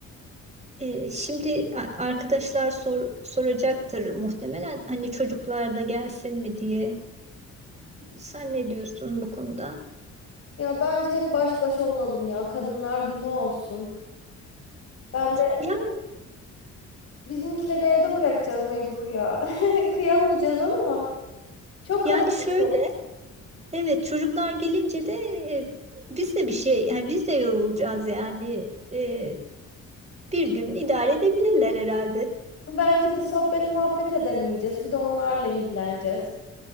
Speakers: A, on the right; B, on the left.
A: E, şimdi a- arkadaşlar sor, soracaktır muhtemelen. Hani çocuklar da gelsin mi diye. Sen ne diyorsun bu konuda?
B: Ya bence hep baş başa olalım ya. Kadınlar günü olsun. Ben de
A: Yani,
B: Bizimkileri evde bırakacağız mecbur ya. <laughs> Kıyamayacağız ama çok
A: yani
B: kalabalık.
A: şöyle.
B: olur.
A: Evet çocuklar gelince de e, biz de bir şey yani biz de yorulacağız yani E, bir gün idare edebilirler herhalde.
B: Bence de sohbet muhabbet edemeyeceğiz. Bir de onlarla ilgileneceğiz.